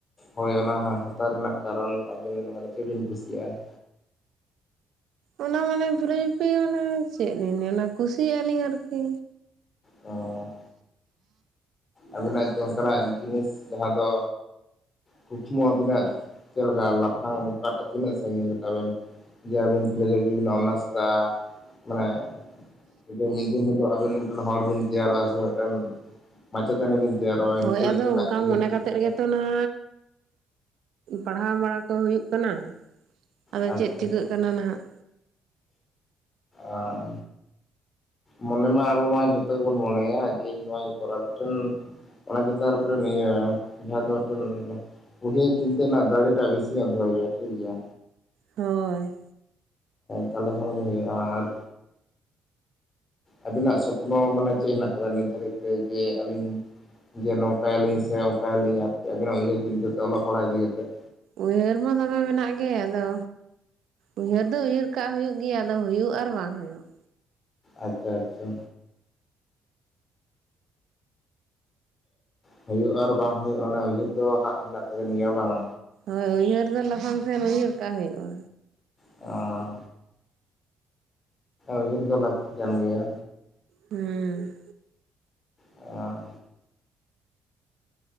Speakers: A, on the left; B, on the right.
A: ᱦᱳᱭ ᱚᱱᱟ ᱦᱟᱛᱟᱣ ᱨᱮᱱᱟᱜ ᱠᱟᱨᱚᱱ ᱟᱵᱮᱱ ᱢᱟᱱᱮ ᱪᱮᱫ ᱵᱮᱤᱱ ᱠᱩᱥᱤᱭᱟᱜᱼᱟ᱾
B: ᱚᱱᱟ ᱢᱟᱱᱮ ᱯᱷᱤᱞᱳᱡᱚᱯᱷᱤ ᱚᱱᱟ ᱪᱮᱫ ᱞᱤᱧ ᱱᱮᱞᱟ ᱠᱩᱥᱤᱭᱟᱜ ᱞᱤᱧ ᱟᱨᱠᱤ
A: ᱚ ᱟᱹᱵᱤᱱᱟᱜ ᱚᱱᱠᱟᱱᱟᱜ ᱡᱤᱱᱤᱥ ᱡᱟᱦᱟᱸ ᱫᱚ ᱠᱩᱠᱢᱩ ᱟᱵᱤᱱᱟᱜ ᱪᱮᱫ ᱞᱮᱠᱟ ᱞᱟᱯᱷᱟᱝ ᱚᱠᱟᱴᱟᱜ ᱛᱤᱱᱟᱹᱜ ᱥᱟᱺᱜᱤᱧ ᱨᱮᱛᱟᱵᱮᱱ ᱟᱵᱤᱱ ᱯᱷᱤᱞᱳᱡᱚᱯᱷᱤ ᱚᱱᱟᱨᱥ ᱫᱟ ᱢᱟᱱᱮ ᱢᱤᱫ ᱫᱤᱱ ᱦᱤᱞᱳᱜ ᱟᱵᱤᱱ ᱢᱤᱫᱴᱮᱱ ᱦᱚᱲ ᱵᱤᱱ ᱛᱮᱭᱟᱨᱚᱜᱼᱟ ᱥᱮ ᱢᱤᱫᱴᱮᱱ ᱢᱟᱪᱮᱛᱟᱱᱤ ᱵᱤᱱ ᱛᱮᱭᱟᱨᱚᱜᱼᱟ ᱤᱱᱠᱟᱹ
B: ᱦᱳᱭ
A: ᱞᱮᱠᱟᱱᱟᱜ
B: ᱟᱫᱚ ᱚᱱᱠᱟ
A: ᱩᱭᱦᱟᱹᱨ
B: ᱢᱚᱱᱮ
A: ᱪᱤᱱᱛᱟᱹ
B: ᱠᱟᱛᱮᱜ ᱜᱮ ᱱᱟᱝ ᱯᱟᱲᱦᱟᱣ ᱵᱟᱲᱟ ᱠᱚ ᱦᱩᱭᱩᱜ ᱠᱟᱱᱟ᱾ ᱟᱫᱚ
A: ᱟᱪᱪᱷᱟ
B: ᱪᱮᱫ ᱪᱤᱠᱟᱹᱜ ᱠᱟᱱᱟ ᱱᱟᱦᱟᱜ?
A: ᱟᱨ ᱢᱚᱱᱮ ᱢᱟ ᱟᱵᱚ ᱢᱟ ᱡᱷᱚᱛᱚ ᱜᱮᱵᱚᱱ ᱢᱚᱱᱮᱭᱟ ᱡᱮ ᱤᱧ ᱱᱚᱣᱟᱧ ᱠᱚᱨᱟᱣ ᱢᱤᱫᱴᱮᱱ ᱚᱱᱟ ᱪᱮᱛ ᱟᱨ ᱢᱤᱫᱴᱮᱱ ᱤᱭᱟᱹ ᱡᱟᱦᱟᱸ ᱫᱚ ᱢᱤᱫᱴᱮᱱ ᱩᱵᱷᱮ ᱪᱤᱱᱛᱟᱹ ᱨᱮᱱᱟᱜ ᱫᱟᱲᱮᱴᱟᱜ ᱵᱮᱥᱤ ᱧᱚᱜ ᱫᱚᱦᱚᱭᱮᱭᱟ ᱴᱷᱤᱠ ᱜᱮᱭᱟ᱾
B: ᱦᱳᱭ
A: ᱛᱟᱦᱞᱮ ᱠᱷᱟᱱ ᱜᱮ ᱦᱩᱭᱩᱜᱼᱟ ᱟᱨ ᱟᱵᱤᱱᱟᱜ ᱥᱚᱯᱱᱚ ᱢᱟᱱᱮ ᱪᱮᱫ ᱦᱮᱱᱟᱜ ᱠᱟᱫᱟ ᱱᱤᱛ ᱫᱷᱟᱹᱨᱤᱡ ᱛᱮ ᱡᱮ ᱟᱹᱞᱤᱧ ᱡᱮ ᱱᱚᱝᱠᱟᱭᱟᱞ ᱞᱤᱧ ᱥᱮ ᱚᱱᱠᱟᱭᱟᱞ ᱞᱤᱧ ᱟᱨᱠᱤ ᱟᱹᱵᱤᱱᱟᱜ ᱩᱭᱦᱟᱹᱨ ᱪᱤᱱᱛᱟᱹ ᱛᱮ ᱚᱞᱚᱜ ᱯᱟᱲᱦᱟᱣ ᱤᱫᱤ ᱠᱟᱛᱮᱫ?
B: ᱩᱭᱦᱟᱹᱨ ᱢᱟ ᱫᱚᱢᱮ ᱢᱮᱱᱟᱜ ᱜᱮ ᱟᱫᱚ ᱩᱭᱦᱟᱹᱨ ᱫᱚ ᱩᱭᱦᱟᱹᱨ ᱠᱟᱜ ᱦᱩᱭᱩᱜ ᱜᱮᱭᱟ ᱟᱫᱚ ᱦᱩᱭᱩᱜ ᱟᱨ ᱵᱟᱝ ᱦᱩᱭᱩᱜ?
A: ᱟᱪᱪᱷᱟ ᱟᱪᱪᱷᱟ ᱦᱩᱭᱩᱜᱼᱟ ᱟᱨ ᱵᱟᱝ ᱦᱩᱭᱩᱜᱼᱟ ᱚᱱᱟ ᱩᱭᱦᱟᱹᱨ ᱫᱚ ᱦᱟᱸᱜ ᱦᱮᱱᱟᱜ ᱛᱟᱵᱮᱱ ᱜᱮᱭᱟ ᱵᱟᱝ
B: ᱦᱳᱭ ᱩᱭᱦᱟᱹᱨ ᱫᱚ ᱞᱟᱯᱷᱟᱝ ᱥᱮᱱ ᱩᱭᱦᱟᱹᱨ ᱠᱟᱜ ᱦᱩᱭᱩᱜᱼᱟ᱾
A: ᱚ ᱩᱭᱦᱟᱹᱨ ᱫᱚ ᱞᱟᱹᱠᱛᱤ ᱠᱟᱱ ᱜᱮᱭᱟ᱾
B: ᱦᱮᱸ
A: ᱮ